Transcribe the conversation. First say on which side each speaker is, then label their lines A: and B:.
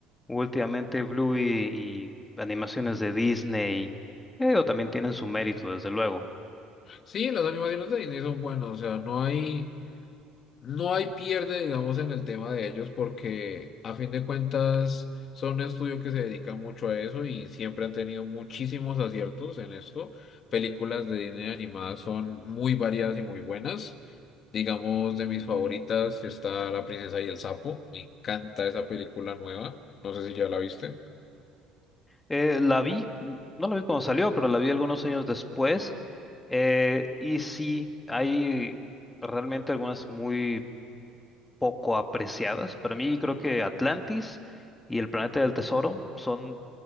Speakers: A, on the left; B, on the left.
A: últimamente, Bluey y animaciones de Disney, que digo, también tienen su mérito, desde luego.
B: Sí, las animaciones de Disney son buenas, o sea, no hay, no hay pierde, digamos, en el tema de ellos, porque a fin de cuentas son un estudio que se dedica mucho a eso y siempre han tenido muchísimos aciertos en esto. Películas de Disney animadas son muy variadas y muy buenas. Digamos, de mis favoritas está La Princesa y el Sapo. Me encanta esa película nueva. No sé si ya la viste.
A: Eh, la vi, n- no la vi cuando salió, pero la vi algunos años después, eh, y sí, hay realmente algunas muy poco apreciadas. Para mí creo que Atlantis y El Planeta del Tesoro son